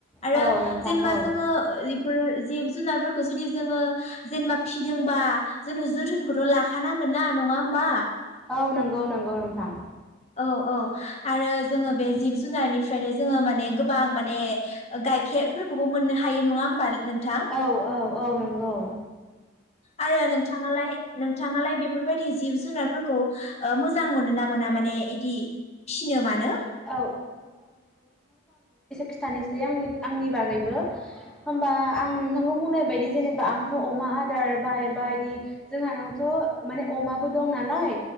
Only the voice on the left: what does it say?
आरो
जेनेबा
जोङो बेफोर जिब जुनारफोरखौ जुदि जोङो जेनेबा फिदोंबा जों जोथोनखौथ' लाखानांगोन ना नङा होमबा?
औ औ आरो जोङो बे जिब जुनारनिफ्रायनो जोङो माने गोबां माने गाइखेरफोरखौबो मोननो हायो नङा होमबा? नोंथां
आरो नोंथाङालाय नोंथाङालाय बेफोरबायदि जिब जुनारफोरखौ ओ मोजां मोनो ना मोना माने इदि फिनो मानो